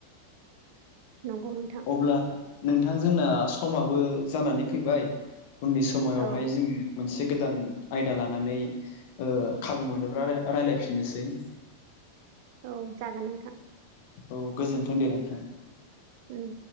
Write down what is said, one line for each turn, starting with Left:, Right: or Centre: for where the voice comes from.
Right: नंगौ नोंथां।
Left: अब्ला नोंथां जोंना समाबो जानानै फैबाय उननि समाव'हाय
Right: औ
Left: जोङो मोनसे से गोदान आयदा लानानै ओ खाबु मोनोब्ला रायजलायफिननोसै <unintelligible>
Right: औ जागोन नोंथां।
Left: औ गोजोन्थों दे नोंथां।
Right: उम